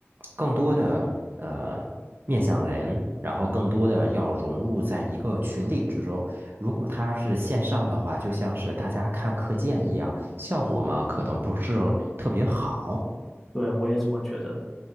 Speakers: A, on the right; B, in the centre.
A: 更多的呃面向人，然后更多的要融入在一个群体之中。如果它是线上的话，就像是大家看课件一样，效果嘛可能不是特别好。
B: 对，我也这么觉着。